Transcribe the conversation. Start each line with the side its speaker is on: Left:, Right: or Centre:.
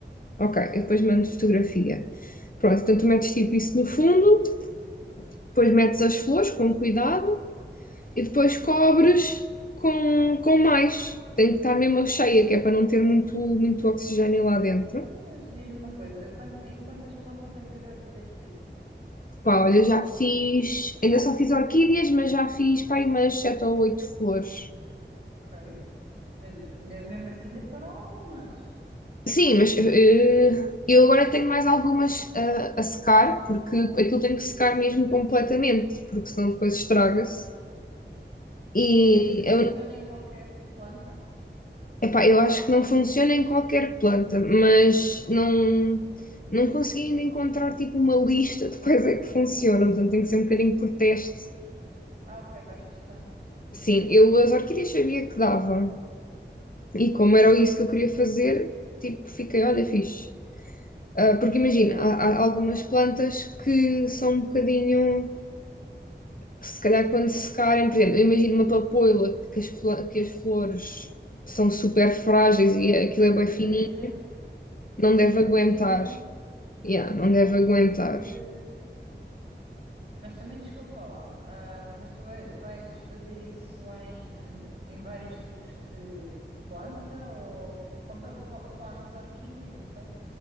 Left: Ok, eu depois mando fotografia.
Right: Hum.
Left: Pronto, então tu metes tipo isso no fundo, depois metes as flores com cuidado e depois
Right: Sim, sim.
Left: cobres com, com mais. Tem que estar mesmo cheia, que é para não ter muito, muito oxigênio lá dentro.
Right: Então, Mas diz-me uma coisa, quant- em quantas pontas é que tu já fizeste isso?
Left: Pá, olha, já fiz, ainda só fiz orquídeas, mas já fiz pá, aí umas sete ou oito flores.
Right: Ok. Mas ainda, mesmo assim, ainda foram algumas.
Left: Sim, mas eh, eu agora tenho mais algumas a, a secar, porque aquilo tem que secar mesmo completamente, porque senão depois estraga-se. E
Right: Mas isso funciona
Left: a
Right: em qualquer planta
Left: Epá,
Right: ou
Left: eu
Right: não?
Left: acho que não funciona em qualquer planta, mas não, não consegui ainda encontrar tipo uma lista de quais é que funcionam, portanto tem que ser um bocadinho por teste.
Right: Ah, ok, vais testando.
Left: Sim, eu as orquídeas sabia que dava, e como era isso que eu queria fazer, tipo, fiquei, olha, fixe. Ah, Porque imagina,
Right: Sim,
Left: há,
Right: sim.
Left: há algumas plantas que são um bocadinho, se calhar quando secarem, por exemplo, eu imagino uma papoila que as, fla- que as flores são super frágeis e aquilo é
Right: Pois
Left: bem
Right: é,
Left: fininho,
Right: o que eu ia dizer. Isso
Left: não
Right: é super
Left: deve aguentar.
Right: fininho.
Left: Yeah, não
Right: Aposto
Left: deve aguentar.
Right: que. Mas também desculpa lá. ah, mas tu vai- vais fazer isso em, em vários tipos de planta ou. Como estava a fal- a falar nas orquídeas, não sei.